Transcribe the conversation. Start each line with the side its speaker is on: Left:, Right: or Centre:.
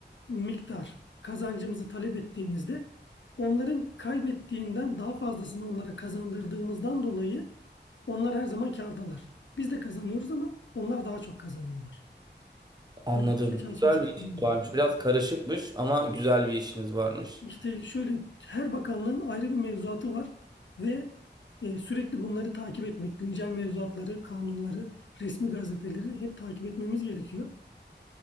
Left: miktar kazancımızı talep ettiğimizde onların kaybettiğinden daha fazlasını onlara kazandırdığımızdan dolayı onlar her zaman kârdalar. Biz de kazanıyoruz ama onlar daha çok kazanıyorlar.
Right: anladım.
Left: Hani böyle bir çalışma
Right: Güzel
Left: sistemimiz
Right: bir işiniz varmış.
Left: var.
Right: Biraz karışıkmış ama güzel bir işiniz varmış.
Left: İşte şöyle her bakanlığın ayrı bir mevzuatı var ve e, sürekli bunları takip etmek, güncel mevzuatları, kanunları, resmi gazeteleri hep takip etmemiz gerekiyor.